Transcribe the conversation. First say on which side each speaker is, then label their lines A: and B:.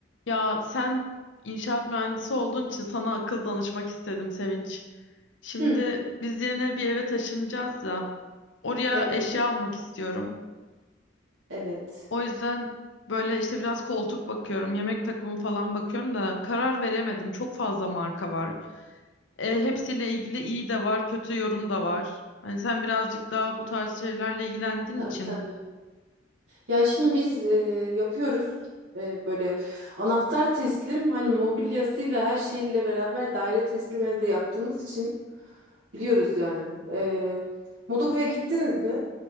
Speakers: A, on the left; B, on the right.
A: Ya sen inşaat mühendisi olduğun için sana akıl danışmak istedim Sevinç. Şimdi
B: Hı,
A: biz yeni bir eve taşınacağız ya. Oraya
B: evet,
A: eşya almak istiyorum.
B: evet.
A: O yüzden böyle işte biraz koltuk bakıyorum, yemek takımı falan bakıyorum da karar veremedim. Çok fazla marka var. E, hepsiyle ilgili iyi de var, kötü yorum da var. Hani sen birazcık daha bu tarz şeylerle ilgilendiğin
B: Tabii
A: için
B: tabii. Ya şimdi biz e, yapıyoruz E, böyle anahtar teslim hani mobilyasıyla her şeyle beraber daire teslim evde yaptığımız için biliyoruz yani. E, Modoko'ya gittiniz mi?